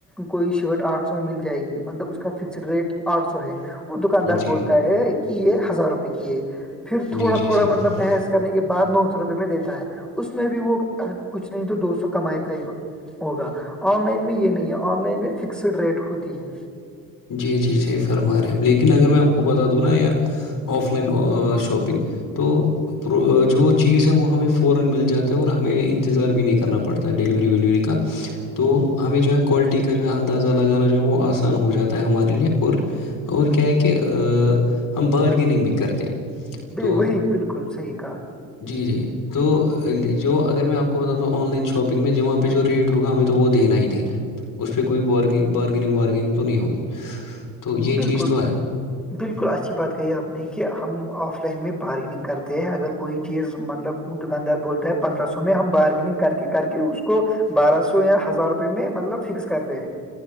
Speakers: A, in the centre; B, on the left (about 40°).
A: کوئی شرٹ آٹھ سو میں مل جائے گی مطلب اس کا فکسڈ ریٹ آٹھ سو ہے وہ دکاندار
B: جی
A: بولتا ہے کہ یہ ہزار روپئے کی ہے پھر تھوڑا
B: جی جی
A: تھوڑا
B: صحیح
A: مطلب
B: فرمایا
A: بحث کرنے کے بعد نو سو روپئے میں دیتا ہے اس میں بھی وہ کچھ نہیں تو دو سو کمائی ت ہی ہوگا آن لائن میں یہ نہیں ہے آن لائن میں فکسڈ ریٹ ہوتی ہے
B: جی جی صحیح فرما رہ ہے ا لیکن اگر میں آپ کو بتا دوں نا یار آف لائن شاپنگ تو پر جو چیز ہے وہ ہمیں فورا مل جاتا ہے اور ہمیں انتظار بھی نہیں کرنا پڑتا ڈیلیوری ویلیوری کا تو ہمیں جو ہے کوالٹی کا جو ہے اندازہ لگانا جو ہے وہ آسان ہو جاتا ہمارے لیے اور اور کیا ہے کہ ہم بارگیننگ بھی کرتے ہیں
A: نہیں
B: تو
A: وہی بالکل صحیح کہ
B: جی جی تو جو اگر میں آپ کو بتاتا ہوں آن لائن شاپنگ میں جو وہاں پہ جو ریٹ ہوگا ہمیں تو وہ دینا ہی دینا اس پہ کوئی بار بارگنگ وارگیننگ تو نہیں ہوگی تو یہ
A: بالکل
B: چیز تو ہے
A: بالکل اچھی بات کہی آپ نے کہ ہم آف لائن میں بارگننگ کرتے ہیں اگر کوئی چیز مطلب دکاندار بولتا ہے پندرہ سو میں ہم بارگیننگ کر کے کر کے اس کو بارہ سو یا ہزار روپئے میں مطلب فکس کرتے ہیں